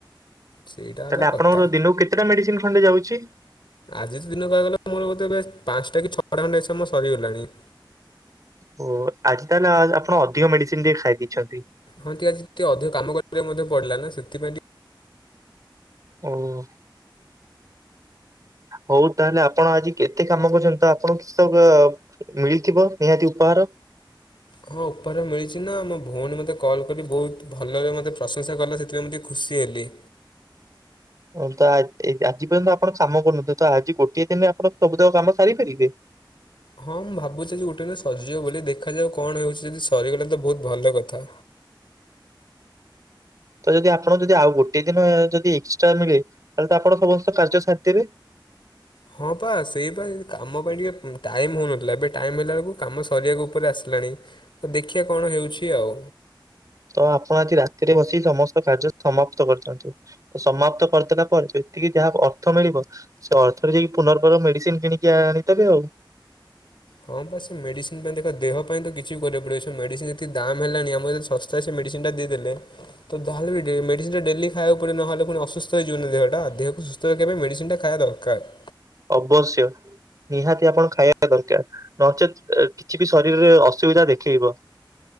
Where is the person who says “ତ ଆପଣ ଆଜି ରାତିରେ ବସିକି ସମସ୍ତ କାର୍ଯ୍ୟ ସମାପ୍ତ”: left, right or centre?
Right